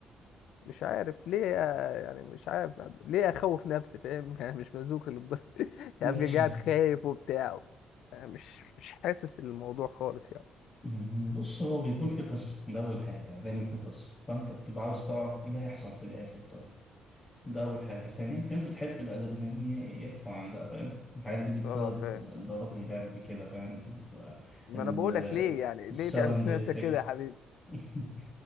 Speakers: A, on the left; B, on the left.
A: مش عارف ليه آه، يعني مش عارف ليه اخوف نفسي فاهم <laughs> يعني مش مزوق للدرجه
B: ماشي
A: يعني ابقى قاعد خايف وبتاع يعني مش مش حاسس الموضوع خالص يعني
B: مم، بص هو بيكون في قصة ده أول حاجة يعني دايما في قصة فأنت بتبقى عاوز تعرف إيه اللي هيحصل في الآخر طيب ده أول حاجة ثانيا في ناس بتحب الأدرينالين يرفع عن ده فاهم الحاجات دي بتزود
A: اه فاهم
B: ضربات القلب كده فاهم تبقى
A: ما
B: ال-
A: انا بقول لك ليه يعني
B: الساوند
A: ليه تعمل <laughs> في
B: إفكت
A: نفسك كده يا حبيبي
B: <laughs>